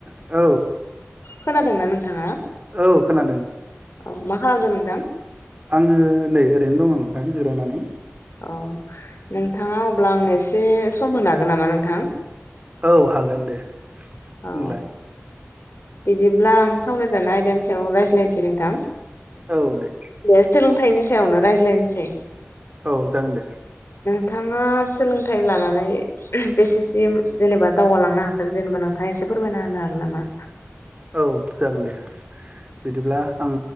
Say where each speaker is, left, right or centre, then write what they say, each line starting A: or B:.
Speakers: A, on the right (about 35°); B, on the left (about 85°).
A: औ
B: खोनादोंना नोंथाङा?
A: औ खोनादों
B: औ मा खालामदों नों? <unintelligible>
A: आङो नै ओरैनो दङ' नोंथां जिरायनानै।
B: औ नोंथाङा अब्ला आंनो एसे सम होनो हागोन नामा नोंथां?
A: औ हागोन दे।
B: औ।
A: बुंलाय
B: बिदिब्ला आं सावरायजानाय आयदानि सायाव रायज्लायनोसै नोंथां।
A: औ दे
B: बे सोंलों थायनि सायावनो रायज्लायनोसै।
A: औ जागोन दे
B: नोंथाङा सोलोंथाइ लानानै बेसेसिम जेनेबा दावगालांनो हा जेनेबा नोंथाङा एसे फोरमायना होनो हागोन नामा?
A: औ जागोन दे बिदिब्ला आं